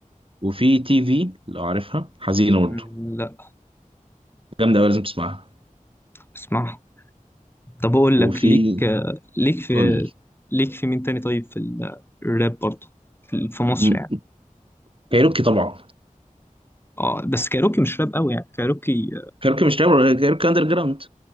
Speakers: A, on the right; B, on the left.
A: وفي تي في لو عارفها حزينه برضه
B: مم، لا
A: جامده قوي لازم تسمعها
B: اسمع طب اقول
A: وفي
B: لك ليك آه، ليك في
A: قول لي
B: ليك في مين تاني طيب في ال- الراب برضه في ال- في مصر
A: م-
B: يعني
A: كايروكي طبعا
B: اه بس كايروكي مش راب قوي يعني كايروكي
A: كايروكي مش رابر كايروكي اندر جراوند